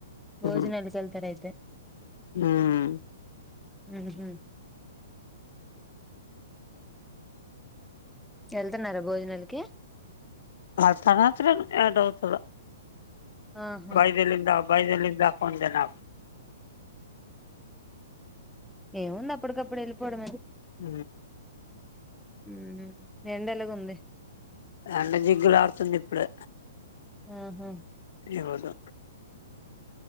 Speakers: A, in the centre; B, on the left.
A: భోజనాలకి
B: ఊ
A: వెళ్తారు అయితే
B: ఊమ్
A: ఊహూ ఎళ్తున్నారా భోజనానికి
B: అ <unintelligible> ఏటవుతదో
A: ఆహా
B: బైలెల్లిందా బైలెల్లిందా కొండ నా
A: ఏముంది అప్పుటికప్పుడు వెళ్ళిపోవడమే
B: ఊ
A: ఊ ఎండలుగుంది
B: ఎండ జిగ్గులాడుతుంది ఇప్పుడు
A: ఆహా
B: ఈ రోజా